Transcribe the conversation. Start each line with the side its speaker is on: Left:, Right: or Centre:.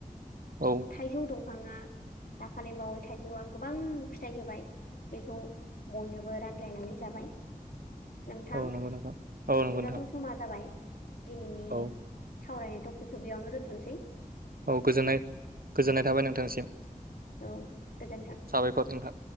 Right: औ
Left: थाइजौ दंफां
Right: <unintelligible>
Left: दाखालि बावै थाइजौआ गोबां फिथाइ होबाय बेखौ बयनोबो रानलायनानै जाबाय। नोंथां
Right: औ
Left: बिदिब्लाथ'
Right: नंगौ नोंथां औ नंगौ नोंथां
Left: समा जाबाय। दिनैनि
Right: औ
Left: सावरायनाय टपिकखौ बेयावनो दोनथ'सै
Right: औ गोजोननाय गोजोननाय थाबाय नोंथांसिम
Left: औ गोजोन्थों।
Right: साबायखर नोंथां।